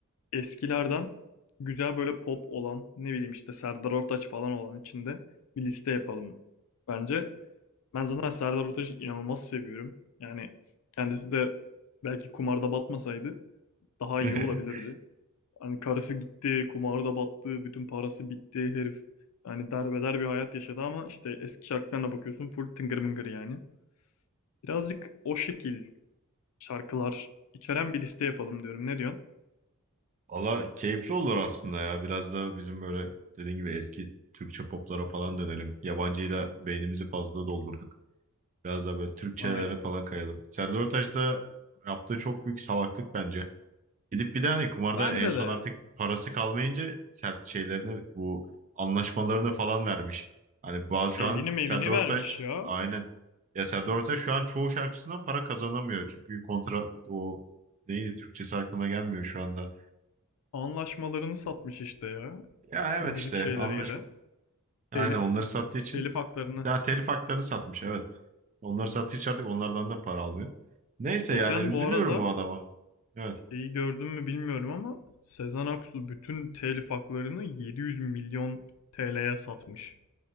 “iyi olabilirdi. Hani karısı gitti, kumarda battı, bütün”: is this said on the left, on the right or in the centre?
Left